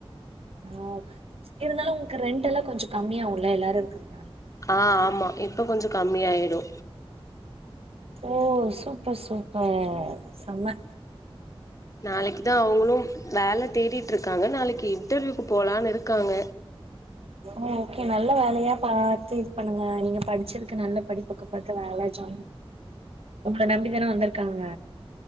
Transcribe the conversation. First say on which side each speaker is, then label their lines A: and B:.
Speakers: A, on the right; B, on the left.
A: ஓ இருந்தாலு உங்களுக்கு ரென்ட்டெல்லா கொஞ்சோ கம்மியாவூல எல்லாரு இருக்குர்
B: ஆ ஆமா இப்ப கொஞ்ச கம்மி ஆயிரு
A: ஓ சூப்பர் சூப்பர் செம
B: நாளைக்கு தா அவுங்குளும் வேல தேடிட் ட்ருக்காங்க நாளைக்கி இன்டர்வியூக்கு போலான் இருக்காங்க
A: ஓ ஓகே நல்ல வேலையா பாத்து இது பண்ணுங்க நீங்க படிச்சுருக்க நல்ல படிப்புக்கு பாத்த வேல ஜா உங்ள நம்பி தானே வந்திருக்காங்க